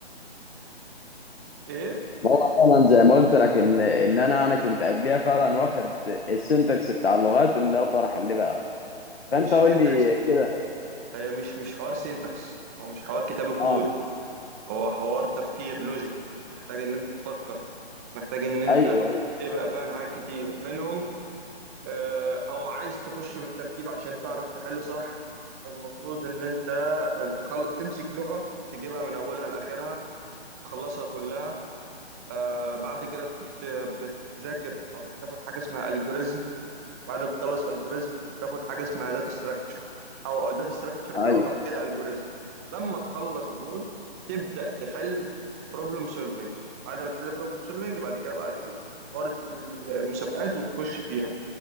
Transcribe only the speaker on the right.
ايه
مش
سينتاكس
هي مش مش حوار سينتاكس هو مش حوار كتاب الكود
هو حوار تفكير لوجيك محتاج ان انت تفكر محتاج ان انت
تبقى فاهم حاجات كتير منهم آه، او عايز تخش بالترتيب عشان تعرف تحل صح المفروض ان انت تخل... تمسك لغة تجيبها من اولها لاخرها تخلصها كلها آه بعد كده بت... بتذاكر او بتاخد حاجة اسمها الجوريزم بعد ما تخلص الجوريزم تاخد حاجه اسمها داتا ستراكشر او داتا ستراكشر الاول
بعد كده الجوريزم لما تخلص دول تبدا تحل بروبلم سولفنج بعد ما تحل بروبلم سولفنج بعد كده بقى تشوف حوار المسابقات وتخش فيها